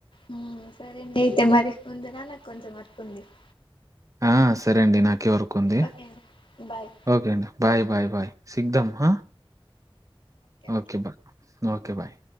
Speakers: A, on the left (about 65°); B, on the right (about 35°).
A: ఉమ్ సరే అండి అయితే మరి ఉండున నాకు కొంచెం వర్కుంది <inaudible>
B: ఆ సరే అండి నాకేవరు కుంది
A: ఓకే అండి బాయ్
B: ఓకే అండి బాయ్ బాయ్ బాయ్ సిగ్ దామ్ హా ఓకే బా ఓకే బాయ్